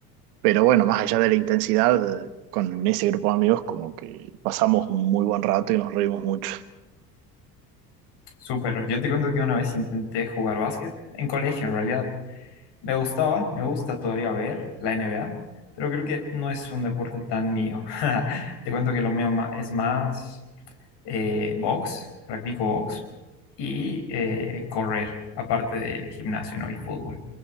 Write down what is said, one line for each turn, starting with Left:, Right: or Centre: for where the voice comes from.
Right: pero bueno, más allá de la intensidad, con ese grupo de amigos como que pasamos un muy buen rato y nos reímos mucho.
Left: súper. Yo te cuento que una vez intenté jugar básquet en colegio, en realidad. Me gustaba, me gusta todavía ver la NBA, pero creo que no es un deporte tan mío. <laughs> Te cuento que lo mío ma- es más eh, box, practico box y eh, correr, aparte de gimnasio, ¿no? Y fútbol.